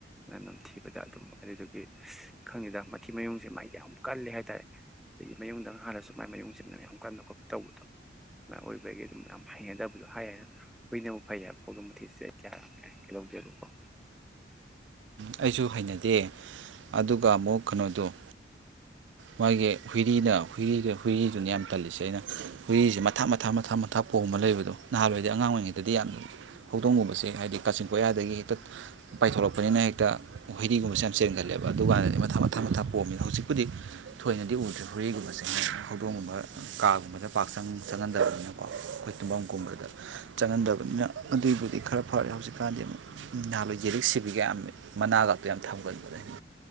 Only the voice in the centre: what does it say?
ꯃꯅꯝ ꯅꯝꯊꯤꯕꯗ ꯑꯗꯨꯝ ꯑꯗꯨꯗꯨꯒꯤ ꯈꯪꯗꯦꯗ ꯃꯊꯤ ꯃꯌꯨꯡꯖꯦ ꯃꯒꯤ ꯌꯥꯝ ꯀꯜꯂꯦ ꯍꯥꯏ ꯇꯥꯢꯌꯦ ꯑꯗꯒꯤ ꯃꯌꯨꯡꯗꯪ ꯍꯜꯂꯁꯨ ꯃꯥꯏ ꯃꯌꯨꯡ ꯁꯤꯝꯅ ꯌꯥꯝ ꯀꯟꯕ ꯈꯣꯠꯄ ꯇꯧꯕꯗꯣ ꯑꯗꯨꯃꯥꯏꯅ ꯑꯣꯏꯕꯒꯤ ꯑꯗꯨꯝ ꯌꯥꯝ ꯍꯩꯅꯗꯕꯗꯣ ꯍꯥꯏꯔ ꯍꯨꯏꯕ ꯐꯩ ꯍꯥꯏ ꯐꯥꯎꯗ ꯃꯊꯤꯁꯤꯗ ꯑꯩ ꯀꯌꯥ ꯀ ꯂꯧꯒꯦꯕꯀꯣ